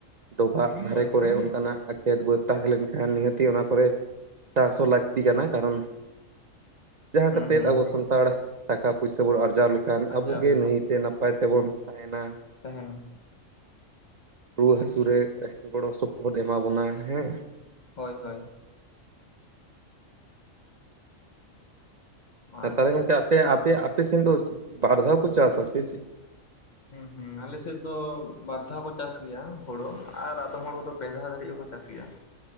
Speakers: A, on the right; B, on the left.
A: ᱰᱚᱵᱷᱟᱜ ᱫᱷᱟᱨᱮ
B: ᱦᱳᱭ
A: ᱠᱚᱨᱮ
B: ᱦᱳᱭ
A: ᱚᱱᱠᱟᱱᱟᱜ ᱠᱷᱮᱛ ᱵᱟᱹᱫᱽ ᱛᱟᱦᱮᱸ ᱞᱮᱱᱠᱷᱟᱱ ᱱᱤᱦᱟᱹᱛᱤ ᱚᱱᱟ ᱠᱚᱨᱮ ᱪᱟᱥ ᱦᱚᱸ ᱞᱟᱹᱠᱛᱤ ᱠᱟᱱᱟ ᱠᱟᱨᱚᱱ ᱡᱟᱦᱟᱸ
B: ᱦᱩᱸ
A: ᱠᱟᱛᱮᱫ
B: ᱦᱩᱸ
A: ᱟᱵᱚ
B: ᱦᱩᱸ
A: ᱥᱟᱱᱛᱟᱲ ᱴᱟᱠᱟ ᱯᱩᱭᱥᱟᱹ ᱵᱚᱱ ᱟᱨᱡᱟᱣ ᱞᱮᱠᱷᱟᱱ
B: ᱟᱨᱡᱟᱣ
A: ᱟᱵᱚᱜᱮ ᱱᱟ. ᱭᱛᱮ ᱱᱟᱯ ᱱᱟᱯᱟᱭ ᱛᱮᱵᱚᱱ ᱛᱟᱦᱮᱸᱱᱟ ᱾
B: ᱛᱟᱦᱮᱸᱱᱟ ᱾
A: ᱨᱩᱣᱟᱹ ᱦᱟ. ᱥᱩ ᱨᱮ ᱜᱚᱲᱚ ᱥᱚᱯᱚᱦᱚᱫ ᱮᱢᱟ ᱵᱚᱱᱟ ᱦᱮᱸ
B: ᱦᱚᱭ ᱦᱚᱭ ᱾
A: ᱛᱟᱦᱚᱞᱮ
B: ᱟᱪᱪᱷᱟ
A: ᱜᱚᱝᱠᱮ
B: ᱟᱪᱪᱷᱟ
A: ᱟᱯᱮ ᱟᱯᱮ ᱥᱮᱱ ᱫᱚ ᱵᱟᱨ ᱫᱷᱟᱣ ᱠᱚ ᱪᱟᱥᱟ ᱥᱮ ᱪᱮ ᱾
B: ᱦᱩᱸ ᱦᱩᱸ ᱟᱞᱮᱥᱮᱫ ᱫᱚ ᱵᱟᱨ ᱫᱷᱟᱣ ᱠᱚ ᱪᱟᱥ ᱜᱮᱭᱟ ᱦᱩᱲᱩ ᱟᱨ ᱟᱫᱚᱢ ᱦᱚᱲ ᱠᱚᱫᱚ ᱯᱮ ᱫᱷᱟᱣ ᱫᱷᱟᱹᱨᱤᱡ ᱦᱚᱸᱠᱚ ᱪᱟᱥ ᱜᱮᱭᱟ ᱾